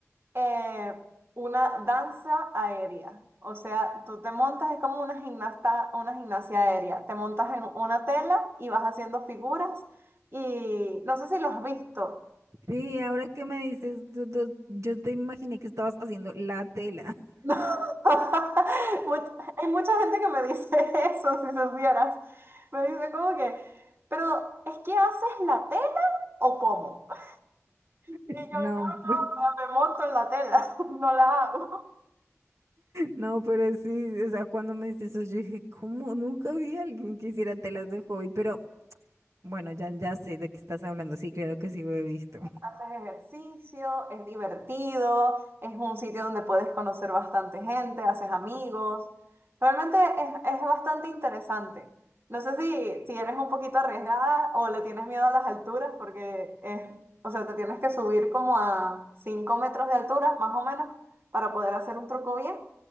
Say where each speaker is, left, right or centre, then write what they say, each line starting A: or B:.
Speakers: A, on the right; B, on the right.
A: eh, una danza aérea. O sea, tú te montas, es como una gimnasta, una gimnasia aérea. Te montas en una tela y vas haciendo figuras y no sé si lo has visto.
B: Sí, ahora que me dices, tú- tú- yo te imaginé que estabas haciendo la tela.
A: No. <laughs> Much- hay mucha gente que me dice <laughs> eso, si supieras. Me dicen como que, pero ¿es que haces la tela o cómo? <laughs> Y
B: <laughs>
A: yo, no, no,
B: No
A: o sea, me monto en la tela, <laughs> no la hago.
B: No, pero sí, o sea, cuando me dices eso, yo dije, ¿cómo? Nunca vi a alguien que hiciera telas de hobby, pero bueno, ya, ya sé de qué estás hablando, sí, claro que sí lo he visto.
A: haces ejercicio, es divertido, es un sitio donde puedes conocer bastante gente, haces amigos. Realmente es, es bastante interesante. No sé si, si eres un poquito arriesgada o le tienes miedo a las alturas, porque es, o sea, te tienes que subir como a 5 metros de altura, más o menos, para poder hacer un truco bien,